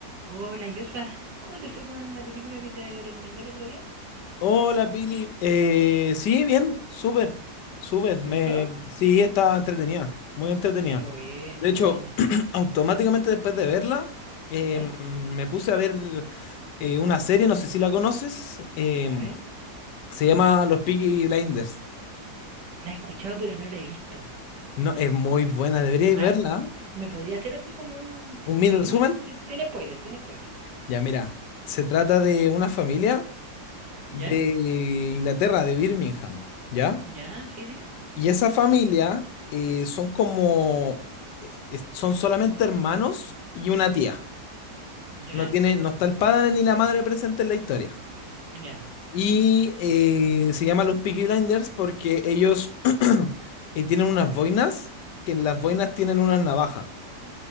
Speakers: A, on the right; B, on the left.
A: Hola Joshua, ¿cómo te fue con la película que te recomendé el otro día?
B: Hola Pili, eh, sí, bien, súper, súper,
A: ¿Te
B: me,
A: gustó?
B: sí, está entretenida, muy entretenida.
A: Qué buena,
B: De
A: qué
B: hecho,
A: buena.
B: <clears throat> automáticamente después de verla, eh,
A: ¿Ya?
B: me puse a ver eh, una serie, no sé si la conoces, eh,
A: A ver.
B: se llama Los Peaky Blinders.
A: La he escuchado pero no la he visto.
B: No, es muy buena, deberíais
A: A-
B: verla. ¿eh?
A: ¿Me podía hacer así como un,
B: Un
A: un
B: mini
A: resumen
B: resumen.
A: si- sin spoiler, sin spoiler?
B: Ya, mira, se trata de una familia de
A: ¿Ya?
B: Inglaterra, de Birmingham, ¿ya?
A: ¿Ya? Sí, sí.
B: Y esa familia eh, son como, eh, es- son solamente hermanos y una tía.
A: ¿Ya?
B: No tiene, no está el padre ni la madre presente en la historia.
A: ¿Ya?
B: Y eh, se llama los Peaky Blinders porque ellos <clears throat> eh, tienen unas boinas, que en las boinas tienen unas navajas.